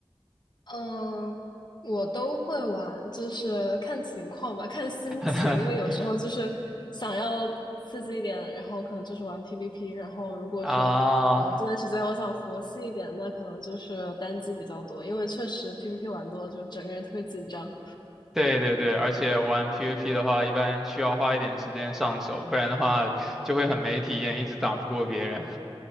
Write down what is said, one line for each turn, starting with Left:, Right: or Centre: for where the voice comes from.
Left: 嗯，我都会玩，就是看情况吧，看心情，
Centre: <laughs>
Left: 因为有时候就是想要刺激一点，然后可能就是玩 PVP，然后如果说呃这段时间我想佛系一点，
Centre: 啊，
Left: 那可能就是单机比较多，因为确实 PVP 玩多了就整个人特别紧张。
Centre: 对对对，而且玩 PVP 的话，一般需要花一点时间上手，不然的话就会很没体验，一直打不过别人。